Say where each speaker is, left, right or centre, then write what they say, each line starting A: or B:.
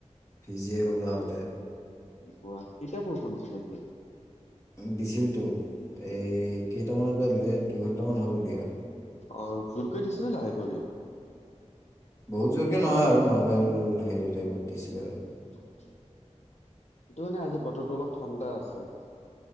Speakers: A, on the left; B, on the left.
A: ভিজিয়ে গলো আহোঁতে
B: কি কোৱা কেতিয়া বৰষুণ দিছিলে আজি
A: দিছিলতো এই কেইটামানত বা দিলে দুইঘন্টামান হল দিয়া
B: অ' জোৰকে দিছিল নে লাহে কৰি
A: বহুত জোৰকে নহয় আৰু নৰ্মেল হেৰি টাইপত দিছিলে আৰু
B: হেইটো কাৰনে আজি বতৰটো অলপ ঠাণ্ডা আছে